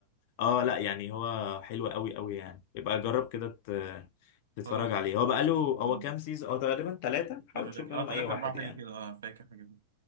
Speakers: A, on the left (about 45°); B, on the right (about 65°).
A: اه لا يعني هو حلو قوي قوي يعني يبقى جرب كده ت- تتفرج
B: خلاص
A: عليه هو
B: خلاص
A: بقاله هو
B: ده ده
A: كام سيزون هو تقريبا ثلاثة حاول
B: ده- في
A: تشوف
B: بالك. اه
A: منهم
B: ثلاثة
A: اي واحد
B: أربعة حاجة
A: يعني
B: كده اه فاكر حاجة كده